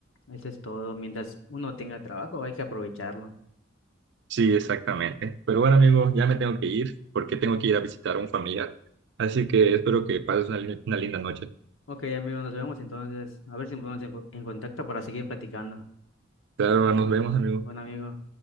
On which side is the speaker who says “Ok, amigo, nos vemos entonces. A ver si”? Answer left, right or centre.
Left